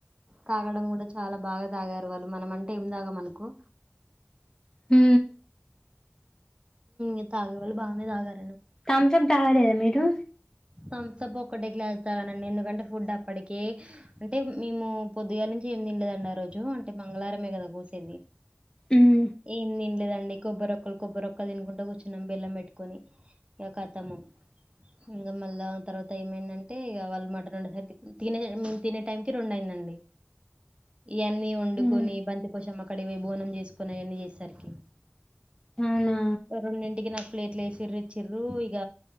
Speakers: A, on the right; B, on the left.
A: తాగడం కూడా చాలా బాగా తాగారు వాళ్ళు మనమంటే ఏం తాగ మనకొ
B: ఉ
A: ఇ తాగే వాళ్లు బానే తాగరు
B: థంసప్ తాలేదా మీరు
A: తంసపు ఒక్కటేకి గ్లాస్ లేస్తానండి ఎందుకంటే ఫుడ్ అప్పటికి అంటే మేము పొద్దుగాల నుంచి ఏ తినలేదండి ఆరోజు అంటే మంగళారమే కదా కోసేది
B: ఉమ్
A: ఏం ని లేదండి కొబ్బరిరొక్కలు కొబ్బరిరొక్క తినుకుంటా కూర్చున్నాం బెల్లం పెట్కొని కథము ఇంకా మళ్ళా తర్వాత ఏమైందంటే ఇగ వాళ్ళు మటన్ వండేసరికి తినే మేము తినే టైం కి రెండు అయిందండి ఇయన్నీ వండుకొని
B: ఉమ్
A: బంతి కోశం అక్కడికి పోయి బోనం చేసుకొని అవన్నీ చేసేసరికి
B: అవునా
A: రెండి ఇంటికి నాకు ప్లేట్లు వేసిరు ఇచ్చిర్రు ఇగ